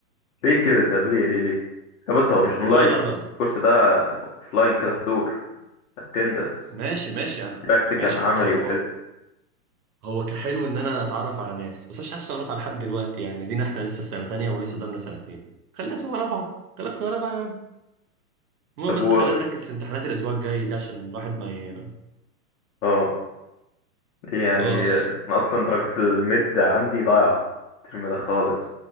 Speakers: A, on the left; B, on the right.
A: ليه كده طب ليه ليه ليه طب بص هو مش أونلاين
B: لا لا لا
A: الكورس ده أوفلاين كده حضور attendance
B: ماشي ماشي انا
A: براكتيكال
B: م- ماشي
A: عملي
B: حتى لو هو
A: وكده
B: هو كحلو ان انا اتعرف على ناس بس مش عايز اتعرف على حد دلوقتي يعني دينا احنا لسه في سنه تانية ولسه قدامنا سنتين خلينا في سنه رابعه خلينا في سنه رابعه يا المهم
A: طب
B: بس
A: و
B: خلينا نركز في امتحانات الاسبوع الجاي دي عشان الواحد ما ي...
A: اه دي يعني
B: اه
A: أنا أصلا درجة الميد عندي ضايعة الترم ده خالص